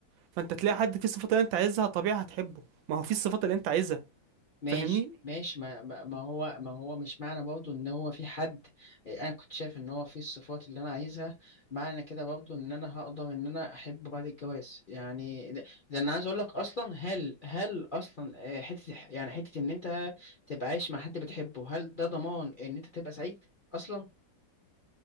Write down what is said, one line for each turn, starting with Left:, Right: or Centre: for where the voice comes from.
Right: فانت تلاقي حد فيه الصفات اللي انت عايزها طبيعي هتحبه ما هو فيه الصفات اللي انت عايزها
Left: ماشي
Right: فاهمني
Left: ماشي ما, ما ما هو ما هو مش معنى برضه إن هو في حد إيه، أنا كنت شايف إن هو في الصفات اللي أنا عايزها معنى كده برضه إن أنا هقدر إن أنا أحبه بعد الجواز يعني ده, ده أنا عايز أقول لك أصلا هل هل أصلا آه، حتة يعني حتة إن أنت تبقى عايش مع حد بتحبه هل ده ضمان إن أنت تبقى سعيد أصلا؟